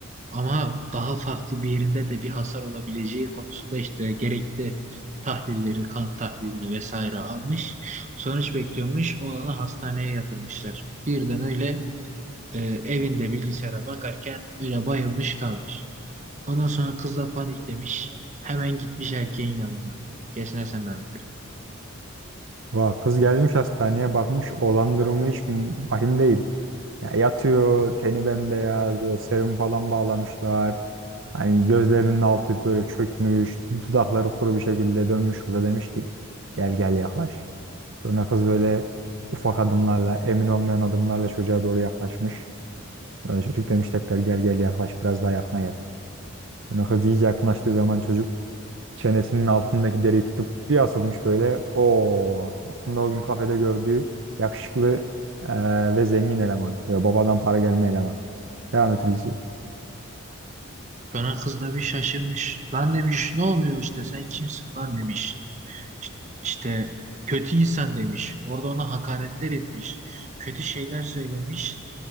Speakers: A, on the right; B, on the right.
A: Ama daha farklı bir yerinde de bir hasar olabileceği konusunda işte gerekli tahlilleri, kan tahlilini vesaire almış. Sonuç bekliyormuş. Oğlanı hastaneye yatırmışlar. Birden öyle e, evinde bilgisayara bakarken öyle bayılmış kalmış. Ondan sonra kız da paniklemiş. Hemen gitmiş erkeğin yanına. Kesene sen Ahmet
B: Vah, kız gelmiş hastaneye bakmış olan durumu hiç vahim değil. Ya yatıyor teni bembeyaz böyle serum falan bağlamışlar. Hani gözlerinin altı böyle çökmüş, dudakları kuru bir şekilde dönmüş kıza demiş ki gel gel yaklaş. Sonra kız böyle ufak adımlarla, emin olmayan adımlarla çocuğa doğru yaklaşmış. Sonra çocuk demiş tekrar gel gel yaklaş biraz daha yakına gel. Sonra kız iyice yaklaştığı zaman çocuk çenesinin altındaki deriyi tutup bir asılmış böyle. O aslında o gün kafede gördüğü yakışıklı eee, ve zengin eleman. Böyle babadan para gelme eleman. Devam et Hulusi.
A: Sonra kız da bir şaşırmış. Lan demiş ne oluyor işte sen kimsin lan demiş. İşte kötü insan demiş. Orada ona hakaretler etmiş. Kötü şeyler söylemiş.